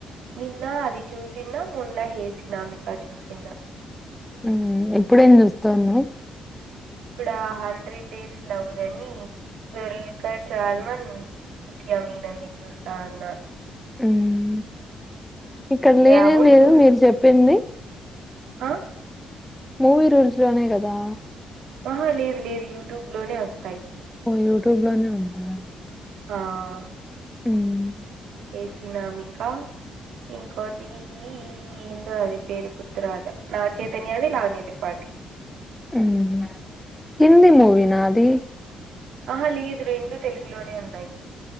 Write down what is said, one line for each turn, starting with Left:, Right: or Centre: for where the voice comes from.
Right: నిన్నా అది చూసిన, మొన్న హేసినామిక చూసిన.
Centre: హ్మ్ ఇప్పుడేం జూస్తవ్ నువ్?
Right: ఇప్పుడా హండ్రెడ్ డేస్ లవ్ దనీ. దుల్కర్ సాల్మన్. క్య మీదండి చూస్తా అన్నా.
Centre: హ్మ్మ్ ఇక్కడ లేనే
Right: యావో
Centre: లేవు
Right: చూస్
Centre: మీరు జేప్పింది.
Right: ఆ
Centre: మూవీ రూల్స్ లోనే గదా
Right: ఆహా లేదు లేదు యూట్యూబ్ లోనే వస్తాయి.
Centre: ఓ యూట్యూబ్ లోనే ఉందా
Right: ఆహ్ ఆ
Centre: మ్మ్
Right: ఏసినామికా ఇంకోటి ఈ ఏందో అది పేరు గుర్తురావట్లే. నాగచైతన్యది, లావన్య త్రిపాఠిది.
Centre: మ్మ్ హిందీ మూవీ నా అది
Right: ఆహ లేదు రెండు తెలుగులోనే ఉన్నాయి.